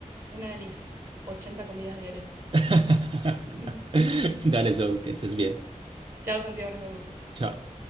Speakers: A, on the right (about 20°); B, on the right (about 40°).
A: una de mis 80 comidas diarias.
B: <laughs>
A: <laughs>
B: Dale, eso, que estés bien.
A: Chao, Santiago, nos vemos.
B: Chao.